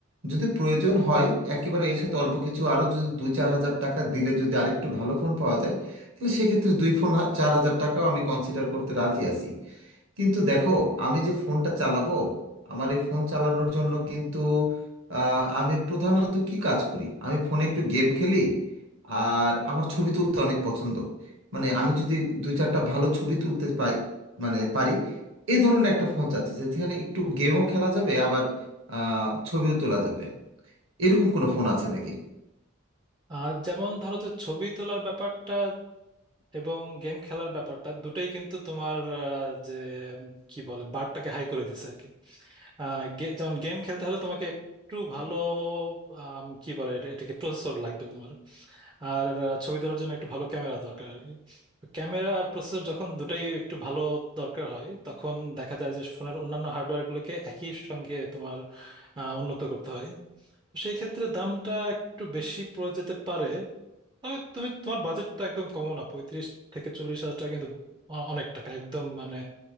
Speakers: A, on the right; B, on the right.
A: যদি প্রয়োজন হয় একেবারে এর সাথে অল্প কিছু আরও যদি দুই চার হাজার টাকা দিলে যদি আরেকটু ভালো ফোন পাওয়া যায় তাহলে সেক্ষেত্রে দুই ফোন হা- চার হাজার টাকাও আমি কনসিডার করতে রাজি আছি কিন্তু দেখো আমি যে ফোনটা চালাবো আমার এই ফোন চালানোর জন্য কিন্তু আহ, আমি প্রধানত কি কাজ করি আমি ফোনে একটু গেম খেলি আর আমার ছবি তুলতে অনেক পছন্দ মানে আমি যদি দু চারটা ভালো ছবি তুলতে পাই মানে পারি এই ধরনের একটা ফোন চাচ্ছি যেখানে একটু গেমও খেলা যাবে আবার আহ, ছবিও তোলা যাবে এরকম কোনো ফোন আছে নাকি
B: আর যেমন ধরো যে ছবি তোলার ব্যাপারটা এবং গেম খেলার ব্যাপারটা দুটোই কিন্তু তোমার আহ, যে উম, কি বলে বারটাকে হাই করে দিছে আর কি আহ, গে- যেমন গেম খেলতে হলে তোমাকে একটু ভালো আম, কি বলে এটা- এটাকে প্রসেসর লাগবে তোমার আর আহ, ছবি তোলার জন্য একটু ভালো ক্যামেরা দরকার আর কি তো ক্যামেরা আর প্রসেসর যখন দুটাই একটু ভালো দরকার হয় তখন দেখা যায় যে ফোনের অন্যান্য হার্ডওয়্যার গুলোকে একই সঙ্গে তোমার আহ, উন্নত করতে হয় তো সেই ক্ষেত্রে দামটা একটু বেশি পড়ে যেতে পারে তবে তুমি তোমার বাজেটটা একদম কমও না পঁয়ত্রিশ থেকে চল্লিশ হাজার টাকা কিন্তু অ- অনেক টাকা একদম মানে